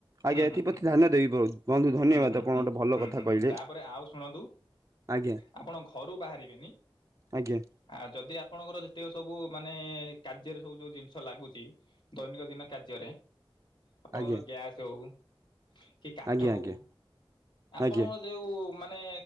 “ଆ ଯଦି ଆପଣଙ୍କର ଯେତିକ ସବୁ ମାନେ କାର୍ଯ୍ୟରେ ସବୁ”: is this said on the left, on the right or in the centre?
Left